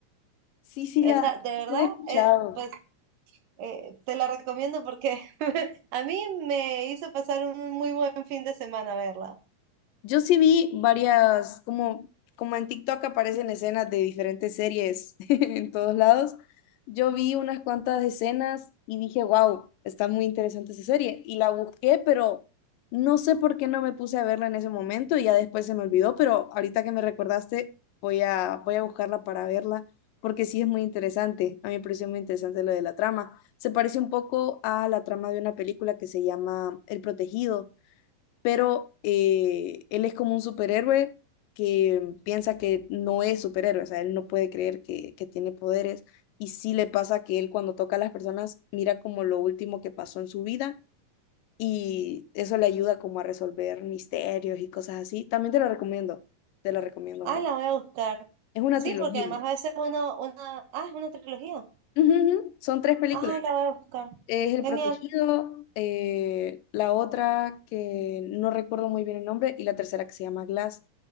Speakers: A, on the left; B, on the right.
A: Sí, sí,
B: esa,
A: la
B: de verdad,
A: sí la he escuchado.
B: eh, pues eh, te la recomiendo porque <laughs> a mí me hizo pasar un muy buen fin de semana verla.
A: Yo sí vi varias, como, como en TikTok aparecen escenas de diferentes series <laughs> en todos lados. Yo vi unas cuantas escenas y dije, wow, está muy interesante esa serie. Y la busqué, pero no sé por qué no me puse a verla en ese momento y ya después se me olvidó, pero ahorita que me recordaste, voy a, voy a buscarla para verla, porque sí es muy interesante. A mí me pareció muy interesante lo de la trama. Se parece un poco a la trama de una película que se llama El Protegido pero eh, él es como un superhéroe que piensa que no es superhéroe, o sea, él no puede creer que, que tiene poderes y sí le pasa que él cuando toca a las personas mira como lo último que pasó en su vida y eso le ayuda como a resolver misterios y cosas así. También te lo recomiendo, te lo recomiendo
B: Ah,
A: mucho.
B: la voy a buscar.
A: Es una
B: Sí,
A: trilogía.
B: porque además a veces uno, una, ah, es una trilogía.
A: Ujú, ujú, Son tres películas.
B: Ay, la voy a buscar.
A: Es El
B: Genial.
A: Protegido, eh, la otra que no recuerdo muy bien el nombre y la tercera que se llama Glass.